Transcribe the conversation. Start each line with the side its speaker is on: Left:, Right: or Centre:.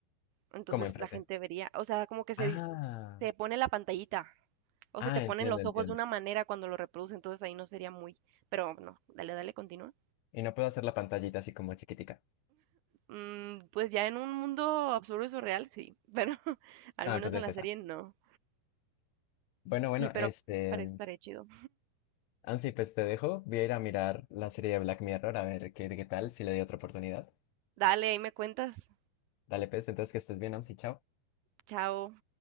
Right: Entonces
Left: como enfrente.
Right: la gente vería, o sea, como que se,
Left: Ah,
Right: dis- se pone la pantallita o
Left: ah,
Right: se te
Left: entiendo,
Right: ponen los
Left: entiendo.
Right: ojos de una manera cuando lo reproduce, entonces ahí no sería muy, pero no, dale, dale, continúa.
Left: Y no puedo hacer la pantallita así como chiquitica.
Right: Mm, pues ya en un mundo absurdo y surreal, sí, pero <laughs> al
Left: Ah,
Right: menos
Left: entonces
Right: en la
Left: esa.
Right: serie no.
Left: Bueno, bueno,
Right: Sí, pero
Left: este,
Right: parece, parece chido.
Left: Ansi, pues te dejo. Voy a ir a mirar la serie de Black Mirror a ver qué, qué tal, si le doy otra oportunidad.
Right: Dale, ahí me cuentas.
Left: Dale, pues, entonces que estés bien, Ansi, chao.
Right: Chao.